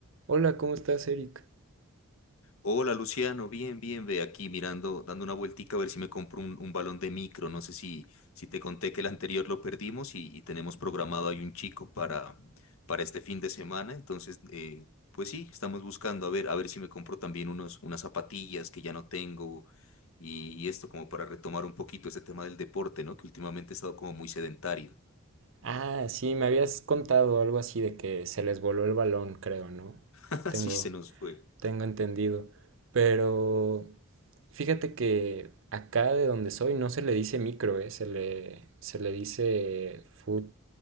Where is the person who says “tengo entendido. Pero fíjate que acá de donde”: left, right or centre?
Right